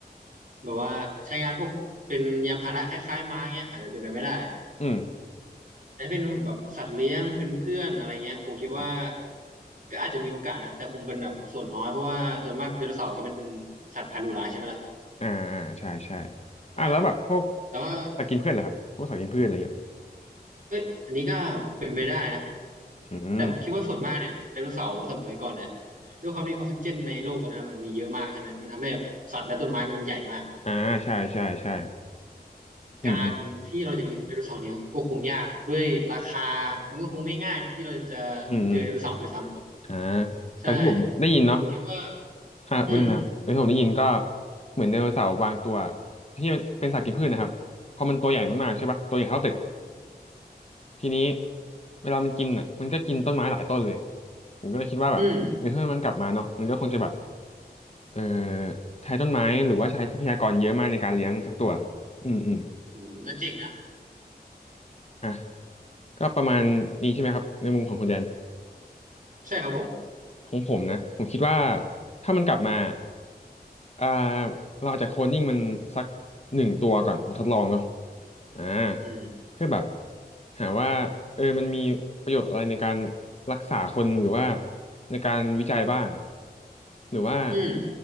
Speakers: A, on the right; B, on the left.
A: แบบว่าใช้งานพวกเป็นยานพาหนะคล้ายๆม้าเงี้ยอาจจะเป็นไปไม่ได้
B: อืม
A: แต่ถ้าเป็นแบบสัตว์เลี้ยงเป็นเพื่อนอะไรเงี้ยผมคิดว่า
B: ครับ
A: ก็อาจจะมีโอกาสนะแต่คงเป็นแบบส่วนน้อยเพราะว่าส่วนมากไดโนเสาร์ก็เป็นสัตว์พันธุ์ดุร้ายใช่ไหมล่ะ
B: อ่าอ่าใช่ใช่
A: ได้ครับผมแต่ว่า
B: อ่าแล้วแบบพวกสัตว์กินพืชเหรอครับพวกสัตว์กินพืชอะไรเงี้ย
A: เอ้ยอันนี้ก็เป็นไปได้นะ
B: อืม
A: แต่ผมคิดว่าส่วนมากเนี่ยไดโนเสาร์สมัยก่อนเนี่ยด้วยความที่ออกซิเจนในโลกตอนนั้นมันมีเยอะมากใช่ไหมมันทำให้แบบสัตว์และต้นไม้มันใหญ่มาก
B: อ่าใช่ใช่ใช่อืมอืม
A: การที่เราจะเลี้ยงไดโนเสาร์เนี่ยก็คงยากด้วยราคามันก็คงไม่ง่ายนะที่เราจะ
B: อืมอืม
A: เจอไดโนเสาร์ด้วยซ้ำอะ
B: อ่า
A: ใช่
B: แต่ที่ผมได้ยินเนาะ
A: ผมคิดว่า
B: อ่าเรื่องนะครับแต่ที่ผมได้ยินก็
A: อืม
B: เหมือนไดโนเสาร์บางตัวที่มันเป็นสัตว์กินพืชนะครับพอมันตัวใหญ่มากๆใช่ปะตัวใหญ่เท่าตึกอะทีนี้เวลามันกินอ่ะมันก็กินต้นไม้หลายต้นเลยผมก็เลยคิดว่าแบบเออถ้ามันกลับมาเนาะมันก็คงจะแบบ
A: อืม
B: เออใช้ต้นไม้หรือว่าใช้ทรัพยากรเยอะมากในการเลี้ยงสักตัวอืมอืม
A: อืมก็จริงนะ
B: อ่ะก็ประมาณนี้ใช่ไหมครับในมุมของคุณแดน
A: ใช่ครับผม
B: ของผมนะผมคิดว่าถ้ามันกลับมาอ่าเราอาจจะโคลนนิ่งมันสักหนึ่งตัวก่อนมาทดลองเนาะอ่า
A: อืม
B: เพื่อแบบหาว่าเออมันมีประโยชน์อะไรในการรักษาคนหรือว่าในการวิจัยบ้างหรือว่า
A: อืม